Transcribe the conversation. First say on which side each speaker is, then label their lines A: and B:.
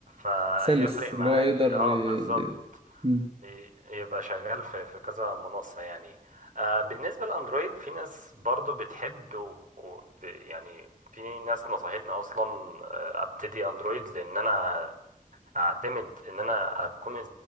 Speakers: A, on the right; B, on the right.
A: فيفرق
B: سلس اللي
A: معاك
B: هو يقدر
A: اه
B: ي-
A: بالظبط
B: أمم.
A: ي- يبقى شغال في في كذا منصة يعني آه، بالنسبة للأندرويد في ناس برضو بتحب و... و... ب- يعني في ناس نصحتني أصلا آه، أبتدي أندرويد لأن أنا أعتمد إن أنا أكون